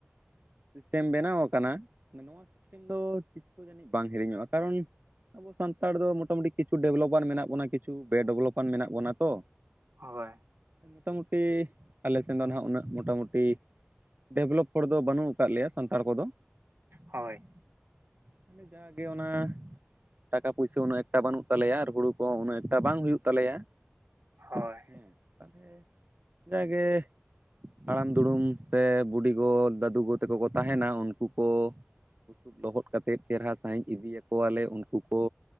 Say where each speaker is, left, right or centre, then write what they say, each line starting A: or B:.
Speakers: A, on the right; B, on the right.
A: <inaudible> ᱥᱤᱥᱴᱮᱢ ᱵᱮᱱᱟᱣ ᱟᱠᱟᱱᱟ ᱱᱚᱣᱟ ᱥᱤᱥᱴᱮᱢ ᱫᱚ ᱛᱤᱥ ᱦᱚᱸ ᱡᱟᱹᱱᱤᱡ ᱵᱟᱝ ᱦᱤᱲᱤᱧᱚᱜᱼᱟ᱾ ᱠᱟᱨᱚᱱ ᱟᱵᱚ ᱥᱟᱱᱛᱟᱲ ᱫᱚ ᱢᱚᱴᱟᱢᱩᱴᱤ ᱠᱤᱪᱷᱩ ᱰᱮᱵᱷᱞᱚᱵᱟᱱ ᱢᱮᱱᱟᱜ ᱵᱚᱱᱟ ᱠᱤᱪᱷᱩ ᱵᱮᱼ ᱰᱮᱵᱷᱞᱚᱵᱟᱱ ᱢᱮᱱᱟᱜ ᱵᱚᱱᱟ ᱛᱚ᱾
B: ᱦᱳᱭ
A: ᱢᱳᱴᱟᱢᱩᱴᱤ ᱟᱞᱮ ᱥᱮᱱ ᱫᱚ ᱱᱟ ᱦᱟᱸᱜ ᱩᱱᱟᱹᱜ ᱢᱳᱴᱟᱢᱩᱴᱤ ᱰᱮᱵᱷᱞᱚᱯ ᱦᱚᱲ ᱫᱚ ᱵᱟᱹᱱᱩᱜ ᱟᱠᱟᱫ ᱞᱮᱭᱟ ᱥᱟᱱᱛᱟᱲ ᱠᱚᱫᱚ᱾
B: ᱦᱳᱭ
A: ᱢᱟᱱᱮ ᱡᱟᱜᱮ ᱚᱱᱟ ᱴᱟᱠᱟ ᱯᱚᱭᱥᱟᱹ ᱩᱱᱟᱹᱜ ᱮᱠᱴᱟ ᱵᱟᱹᱱᱩᱜ ᱛᱟᱞᱮᱭᱟ ᱟᱨ ᱦᱩᱲᱩ ᱠᱚ ᱦᱚᱸ ᱩᱱᱟᱹᱜ ᱮᱠᱴᱟ ᱵᱟᱝ ᱦᱩᱭᱩᱜ ᱛᱟᱞᱮᱭᱟ
B: ᱦᱳᱭ
A: ᱦᱮᱸ ᱛᱟᱦᱚᱞᱮ ᱡᱟᱜᱮ ᱦᱟᱲᱟᱢ ᱫᱩᱲᱩᱢ ᱥᱮ ᱵᱩᱰᱤᱜᱚ ᱫᱟᱹᱫᱩ ᱜᱚ ᱛᱮᱠᱚ ᱠᱚ ᱛᱟᱦᱮᱱᱟ᱾ ᱛᱟᱦᱮᱱᱟ ᱩᱱᱠᱩ ᱠᱚ ᱵᱩᱥᱩᱵ ᱞᱚᱦᱚᱫ ᱠᱟᱛᱮᱫ ᱪᱮᱨᱦᱟ ᱥᱟᱺᱦᱤᱡ ᱤᱫᱤᱤᱭᱟᱠᱚᱣᱟᱞᱮ ᱩᱱᱠᱩ ᱠᱚ